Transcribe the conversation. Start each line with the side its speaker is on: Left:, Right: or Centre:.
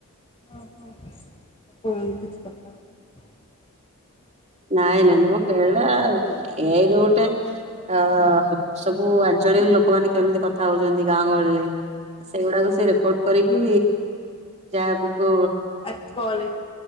Left: ଓ ହୋ କୋଉ କିଛି କଥା। ଆଉ
Right: ନାଇ ନାଇ ନମ କ ଏଇରା ଏଇରେ ଗୋଟେ। ଆ ସବୁ ଆଞ୍ଚଳିକ ଲୋକମାନେ କେମିତି କଥା ହଉଛନ୍ତି ଗାଁ ଗହଳିରେ। ସେଇଗୁଡାକୁ ସେ ରେକର୍ଡ କରିକି ଯାହା ଆଗକୁ
Left: ଆ କଳି